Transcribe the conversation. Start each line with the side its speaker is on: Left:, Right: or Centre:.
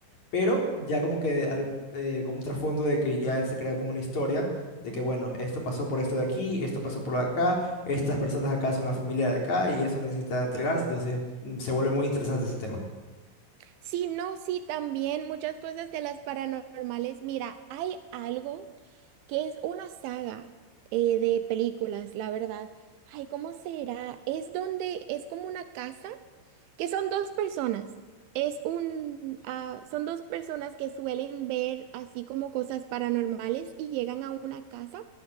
Left: pero ya como que al- eh, con un trasfondo de que ya se crea como una historia de que, bueno, esto pasó por esto de aquí, esto pasó por acá, estas personas acá son la familia de acá y eso necesita entregarse, entonces mm, se vuelve muy interesante ese tema.
Right: Sí, no, sí, también muchas cosas de las paranormales. Mira, hay algo que es una saga eh, de películas, la verdad. Ay, ¿cómo será? Es donde es como una casa que son dos personas. Es un, ah, son dos personas que suelen ver así como cosas paranormales y llegan a una casa